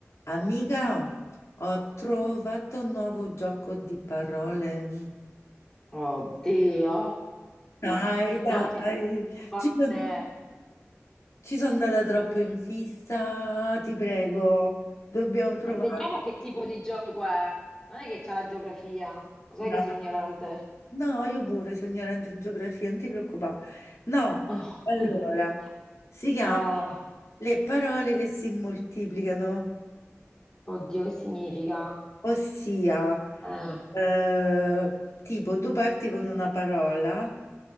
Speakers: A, on the left; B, on the left.
A: Amica, ho trovato un nuovo gioco di parole. Wow,
B: Oddio,
A: Dai, dai,
B: non ce
A: ci
B: la
A: sono,
B: fate.
A: ci sono andata troppo in fissa, ti prego, dobbiamo provare.
B: Eh, Vediamo che tipo di gioco è. Non è che c'ha la geografia, lo sai
A: No,
B: che sono ignorante.
A: no, io pure sono ignorante in geografia, non ti preoccupare. No,
B: Oh.
A: allora,
B: <laughs>
A: si chiama
B: Eh,
A: le parole che si moltiplicano,
B: oddio, che significa?
A: ossia...
B: Eh,
A: Eh, tipo, tu parti con una parola,